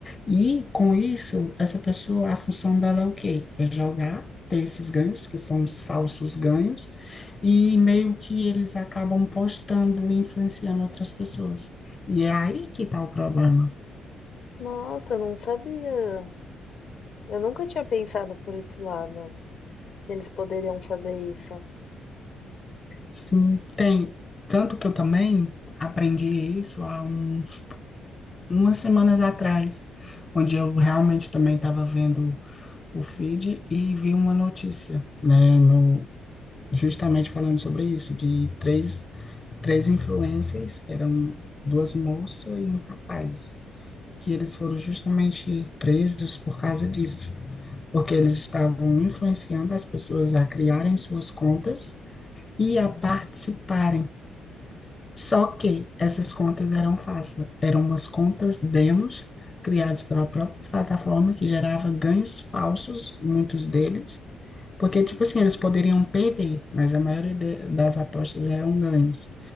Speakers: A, on the left; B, on the left.
A: E com isso, essa pessoa, a função dela é o quê? É jogar, ter esses ganhos, que são os falsos ganhos, e meio que eles acabam postando e influenciando outras pessoas. E é aí que está o problema.
B: Nossa, eu não sabia. Eu nunca tinha pensado por esse lado, que eles poderiam fazer isso.
A: Sim, tem. Tanto que eu também aprendi isso há uns, umas semanas atrás, onde eu realmente também estava vendo o feed e vi uma notícia, né, no, justamente falando sobre isso, de três, três influencers, eram duas moças e um rapaz, que eles foram justamente presos por causa disso, porque eles estavam influenciando as pessoas a criarem suas contas e a participarem. Só que essas contas eram falsas, eram umas contas demos criadas pela própria plataforma que gerava ganhos falsos, muitos deles, porque, tipo assim, eles poderiam perder, mas a maioria de- das apostas eram ganhos.